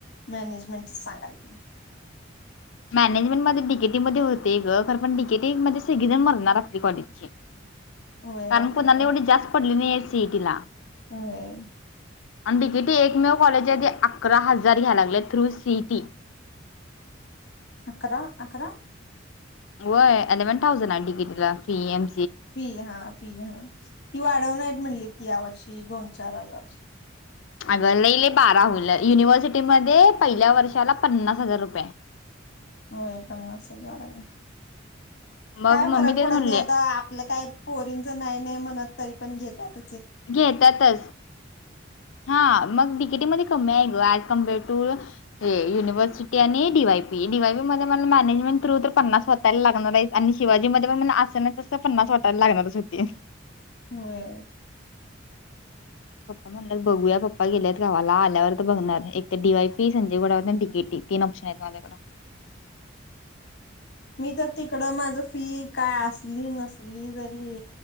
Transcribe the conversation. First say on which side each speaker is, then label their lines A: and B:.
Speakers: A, on the left; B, on the left.
A: मॅनेजमेंटच सांगालती.
B: मॅनेजमेंट मध्ये डीकेटी मध्ये होते ग खर पण डीकेटी मध्ये सगळीजण मरणार आपली कॉलेजची.
A: होय
B: काणकुनन
A: आपल्या कॉलेजची
B: एवढी जास्त पडल नाहीस तेटला <unintelligible>
A: होय.
B: आणि डिकीटी एकमेव कॉलेज आहे. अकरा हजार घ्या लागले थ्रू सिटी.
A: अकरा -अकरा
B: होय एलेवन थाउजंड हाय डिगीटीला फी एम
A: फी हा फी हा ती वाढवणार आहेत म्हणलीत की या वर्षी. क दोन चार हजार
B: अगं लहिले बारा होईल युनिव्हर्सिटीमध्ये पहिल्या वर्षाला पन्नास हजार रुपये.
A: होय पन्नास हजार आहे.
B: मग
A: काय फरक
B: मम्मी तेच
A: पडत
B: म्हणले
A: नाही आता आपलं काय पोरींच नाय नाय म्हणत तरी पण घेत त्यात
B: घेतातच हा मग डिकेटीमध्ये कमी आहे ग आठ कम बय टू हे युनिव्हर्सिटी आणि D Y P D Y P मध्ये मला मॅनेजमेंट थ्रू तर पन्नास वतायला लागणार आहेत आणि शिवाजी मध्ये पण म असे ना तस पन्नास वातायला लागणारच होते.
A: होय.
B: पप्पा म्हणलंत बघूया पप्पा गेलेत गावाला आल्यावर वर बघणार एक तर डी वाय पी आणि Sanjay Ghodawat D K T तीन ऑप्शन आहेत माझ्याकडं.
A: मी तर तिकड माझ फी काय असली नसली तरी